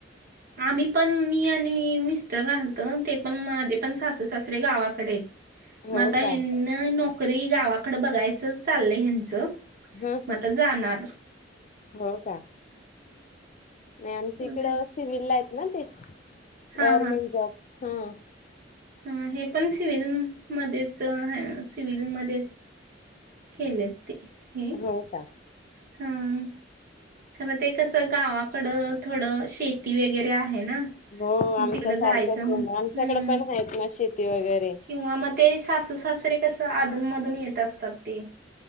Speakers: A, on the right (about 50°); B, on the left (about 40°).
A: आम्ही पण मी आणि मिस्टर राहलत. ते पण माझे पण सासू सासरे गावाकडे आहेत.
B: हो
A: मग आता
B: का
A: यांना, नोकरी गावाकडे बघायचं चाललय ह्यांचं.
B: हं
A: म
B: हं
A: आता जाणार.
B: हो का नही आमच्या
A: हं
B: इकड.
A: ते
B: सिव्हीला येत ना ते,
A: हां
B: गव्हर्मेंट जॉब हं.
A: हं हे पण सिव्हल मध्येच, हं सिव्हलमध्येच. केले ते, हे
B: हो का
A: हम्म. खरं ते कसं गावाकडं थोडं शेती वगैरे आहे ना.
B: हो
A: मग
B: आमच्या
A: तिकडं
B: सारखंच
A: जायचं म्हण
B: म आमच्याकड
A: हम्म
B: पण आहेत ना शेती वगैरे.
A: किंवा मग ते सासू सासरे कस आधूनमधून येत असतात ते.